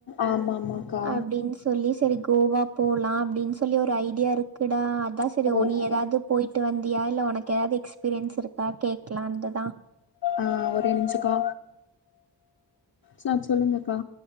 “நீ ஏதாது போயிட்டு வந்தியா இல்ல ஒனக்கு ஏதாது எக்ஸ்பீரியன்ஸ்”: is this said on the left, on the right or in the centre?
Right